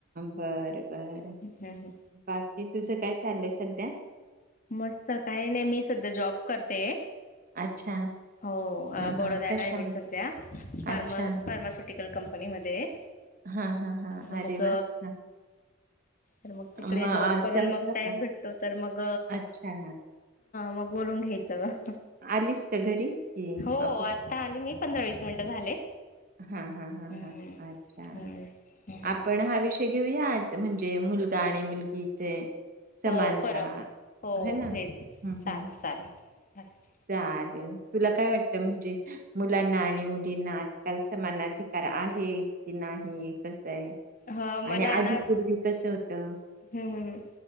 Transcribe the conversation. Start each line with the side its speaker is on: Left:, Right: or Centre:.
Right: बर बर
Left: हम्म हम्म.
Right: बाकी तुझ काय चाललं सध्या
Left: मस्त काही नाही मी सध्या जॉब करते
Right: अच्छा
Left: हो
Right: हा
Left: बडद्याला
Right: हा कशामध्ये
Left: आहे मी सध्या फार्मा
Right: अच्छा
Left: फार्मासुटिक कंपनी मध्ये
Right: हा हा हा
Left: मग
Right: अरे वा हा
Left: तर मग तिकडे
Right: मग
Left: जॉब करून
Right: संपलं
Left: मग टाइम
Right: का
Left: भेटतो तर मग
Right: अच्छा
Left: मग बोलून घ्यायच
Right: आलीस का घरी कि
Left: हो
Right: ऑफिस
Left: आता आली मी पंधरा मिनटं झाले
Right: हा हा हा
Left: हम्म
Right: ह अच्छा
Left: हम्म हम्म
Right: आपण हा विषय घेऊया म्हणजे मुलगा आणि मुलगी इथे समानता
Left: हो फरक हो
Right: ह ना हम्म
Left: भेद चालेल
Right: हम्म
Left: चालेल चालेल
Right: चालेल तुला काय वाटत म्हणजे मुलांना आणि मुलींना ल समान अधिकार आहे की नाही कस आणि
Left: ह मला
Right: आधी
Left: आहे ना
Right: पूर्वी कसं होतं
Left: हम्म हम्